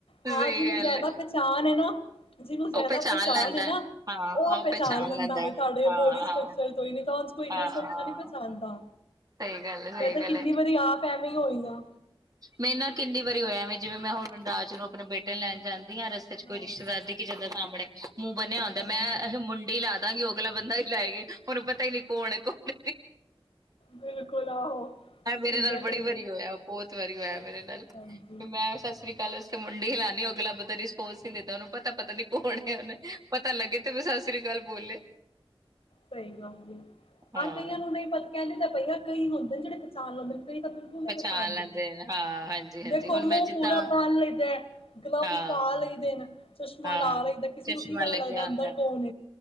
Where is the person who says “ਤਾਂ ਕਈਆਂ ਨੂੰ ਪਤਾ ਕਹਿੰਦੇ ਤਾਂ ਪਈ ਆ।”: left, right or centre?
Left